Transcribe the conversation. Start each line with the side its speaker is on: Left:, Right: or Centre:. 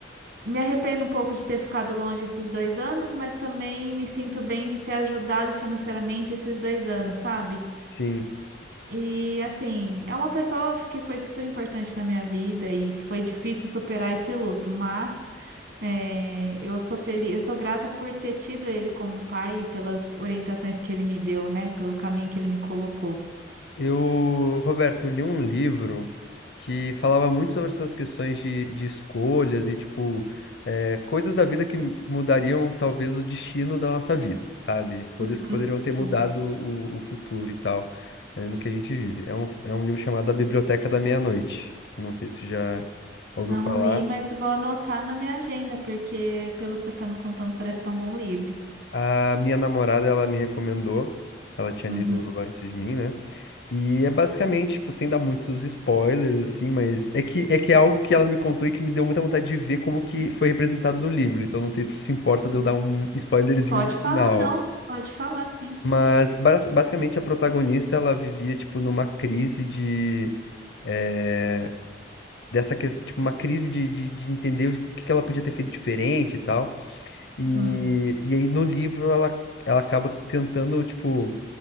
Right: Me arrependo um pouco de ter ficado longe esses dois anos, mas também me sinto bem de ter ajudado financeiramente esses dois anos, sabe?
Left: Sim.
Right: E assim, é uma pessoa que foi super importante na minha vida e foi difícil superar esse luto, mas eh, eu sou feliz, eu sou grata por ter tido ele como pai e pelas orientações que ele me deu, né? Pelo caminho que ele me colocou.
Left: Eu, Roberto, eu li um livro que falava muito sobre essas questões de, de escolhas e, tipo, eh, coisas da vida que mudariam talvez o destino da nossa vida, sabe? Escolhas
Right: Uhum,
Left: que poderiam
Right: sim,
Left: ter mudado o, o futuro e tal, eh, no que a gente vive. É um, é um livro chamado A Biblioteca da Meia-Noite. Eu Não sei se você já ouviu
Right: não
Left: falar.
Right: li, mas vou anotar na minha agenda, porque pelo que você está me contando, parece ser um bom livro.
Left: A minha namorada, ela me recomendou, ela tinha
Right: Uhum.
Left: lido antes de mim, né? E é basicamente, tipo, sem dar muitos spoilers, assim, mas é que, é que é algo que ela me contou e que me deu muita vontade de ver como que foi representado no livro. Então não sei se tu se importa de eu dar um spoilerzinho
Right: Pode
Left: do final.
Right: falar, não, pode falar, sim.
Left: Mas bas- basicamente a protagonista, ela vivia, tipo, numa crise de... eh, dessa questão, tipo, uma crise de, de, de entender o que que ela podia ter feito diferente e tal. E,
Right: Hum,
Left: e aí no livro ela, ela acaba tentando, tipo